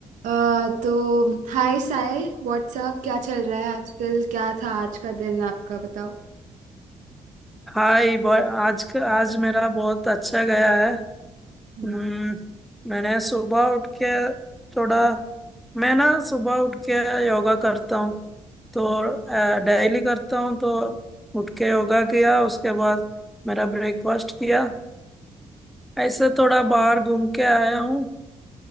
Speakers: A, on the right (about 75°); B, in the centre.
A: अ, तो हाय साय व्हाट्सअप क्या चल रहा है आजकल क्या था आज का दिन आपका बताओ
B: हाय boy आज का आज मेरा बहुत अच्छा गया है
A: हम्म
B: हम्म, मैंने सुबह उठ के थोड़ा मैं ना सुबह उठ के योगा करता हूँ तो डेली करता हूँ तो उठ के योगा किया उसके बाद मेरा ब्रेकफास्ट किया ऐसे थोड़ा बाहर घूम के आया हूँ